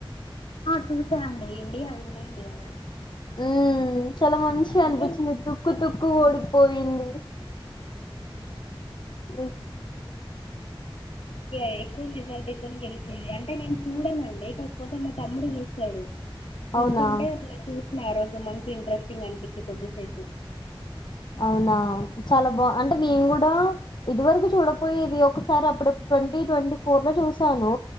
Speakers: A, on the left; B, on the left.
A: చూసా అండి ఇండియా విన్ అయిది కదా
B: ఉ చాలా మంచిగా
A: అంటే
B: అనిపించింది తుక్కు తుక్కు ఓడిపోయింది అఓ
A: ఇ ఎక్కువ మెజారిటీతోని గెలిచంది, అంటే నేను చూడనండి ఇ కాకపోతే మా తమ్ముడు చుసాడు చూసుకుంటే
B: అవునా
A: అట్లా చూసిన ఆ రోజు మంచి ఇంట్రెస్ట్ నికినికి కొద్ది సయిపు
B: అవునా చాలా బా అంటే నేను కూడా ఇది వరకు చూడపోయేది, ఒకసారి అప్పుడ ట్వంటీ ట్వంటీ ఫోర్ లో చూసాను